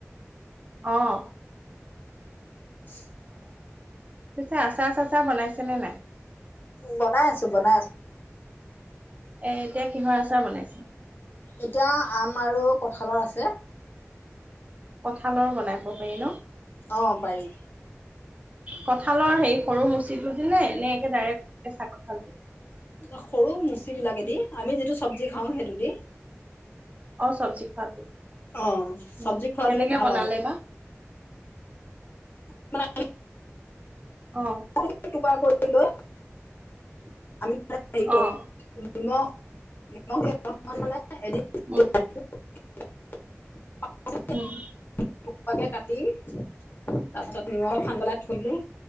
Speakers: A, on the right; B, on the left.
A: অ'।
B: <inaudible>
A: পিছে আচাৰ চাচাৰ বনাইছেনে নাই?
B: বনাই আছো বনাই আছো।
A: এ এতিয়া কিহৰ আচাৰ বনাইছে?
B: এতিয়া আম আৰু কঁঠালৰ আছে।
A: কঁঠালৰ বনাব পাৰি ন?
B: অ', পাৰি।
A: কঁঠালৰ হে সৰু মুচিটো দিনে নে এনেকে ডাইৰেক্ট কেঁচা কঁঠালটো?
B: সৰু মুচিবিলাকে দি আমি যিটো চব্জি খাওঁ সেইটো দি।
A: অ', চব্জি খোৱাটো
B: অ', চব্জি
A: উম
B: খোৱাটো
A: কেনেকে
B: ভাল
A: বনালে
B: হয়
A: বা?
B: <inaudible>
A: অ'।
B: <inaudible> নিমখ নিমখ
A: অ',
B: <unintelligible>
A: উম,
B: <inaudible>
A: উম।
B: <unintelligible> কে কাটি তাৰপিছত নিমখ সানি পেলাই থৈ দিলো।